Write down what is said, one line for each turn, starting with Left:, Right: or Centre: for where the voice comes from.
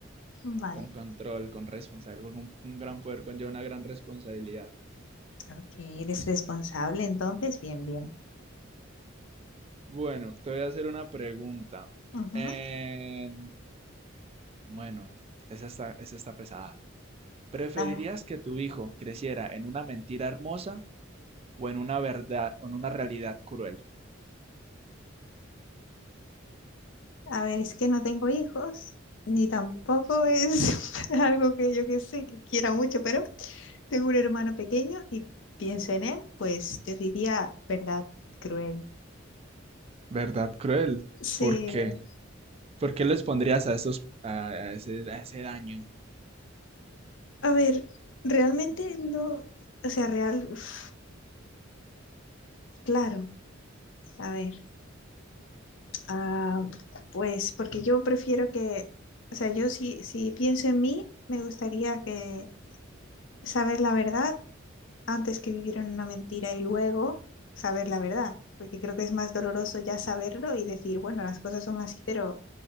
Left: Vale.
Right: con control, con responsabilidad, porque un, un gran poder conlleva una gran responsabilidad.
Left: Ok, eres responsable, entonces, bien, bien.
Right: Bueno, te voy a hacer una pregunta.
Left: Ujú.
Right: Eh, bueno, esa está, esa está pesada. ¿Preferirías
Left: Ah,
Right: que tu hijo creciera en una mentira hermosa o en una verdad, o en una realidad cruel?
Left: a ver, es que no tengo hijos, ni tampoco es <laughs> algo que yo que sé, que quiera mucho, pero Tengo un hermano pequeño y pienso en él, pues yo diría verdad cruel.
Right: ¿Verdad cruel?
Left: Sí.
Right: ¿Por qué? ¿Por qué les pondrías a esos, a a ese, a ese daño?
Left: A ver, realmente no, o sea, real, uf, claro, a ver, ah, pues porque yo prefiero que, o sea, yo si, si pienso en mí, me gustaría que saber la verdad antes que vivir en una mentira y luego saber la verdad, porque creo que es más doloroso ya saberlo y decir, bueno, las cosas son así, pero